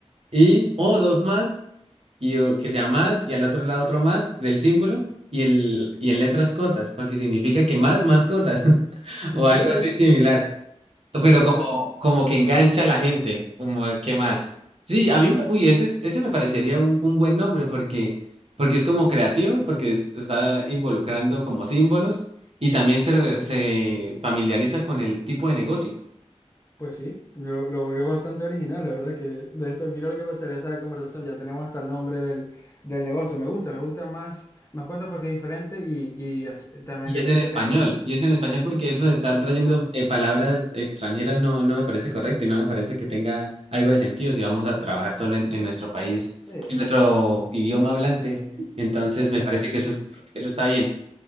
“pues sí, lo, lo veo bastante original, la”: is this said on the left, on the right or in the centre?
Left